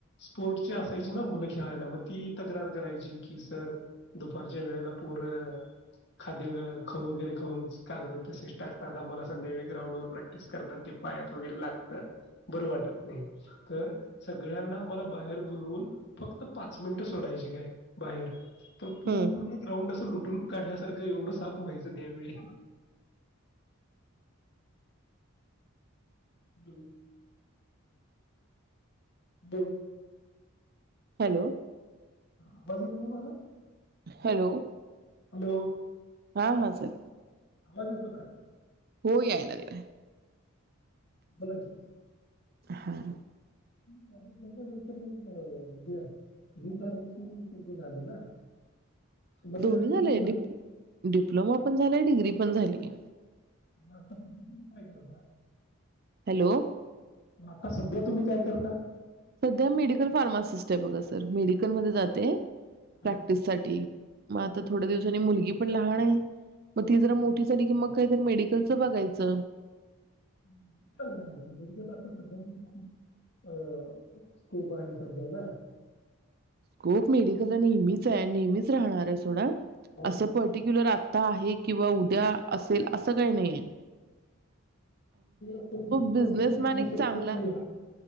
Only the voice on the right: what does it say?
हं
हॅलो
हॅलो
हा हा सर
हो याय लागलाय.
हा-
दोन्ही
झाले
डीप
डिप डिप्लोमा पण झालाय डिग्री पण झालीय
हॅलो
सध्या मेडिकल फार्मासिस्ट बघा स तर मेडिकल मधे जातेय
प्रॅक्टिस साठी म आता थोड्या
दिवसाने मुलगी पण लाहाने म ती जरा मोठी झाली की मग काहीतरी मेडिकलच बघायच
कोप मेडिकला नेहमीच आहे नेहमीच राहणारे सोडा
असं पर्टिक्युलर आ ता आहे किंवा उद्या असेल असं काही नाइये.
बिझनेसमॅन
एक
चांगला